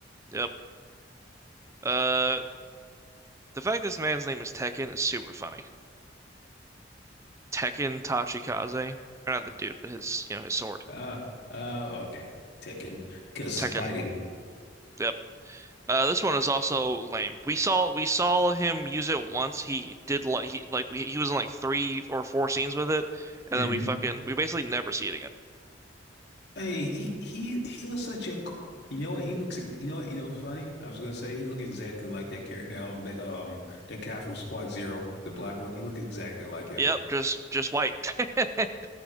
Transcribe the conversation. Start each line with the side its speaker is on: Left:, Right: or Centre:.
Right: Yep. Uh the fact this man's name is Tekken is super funny. Tekken Tachikaze. Or not the dude, but his you know, his sword.
Left: Ah, oh, okay. Tekken, because
Right: Tekken.
Left: fighting.
Right: Yep. Uh, this one is also lame. We saw we saw him use it once. He did like he like we, he was in like three or four scenes with it, and
Left: Mm-hmm.
Right: then we fucking we basically never see it again.
Left: Hey, he he he looks such a c- you know what he looks you know what you know what's funny? I was gonna say he looked exactly like that character um that um that guy from Squad Zero, the black one. He looked exactly like him.
Right: Yep, just just white. <laughs>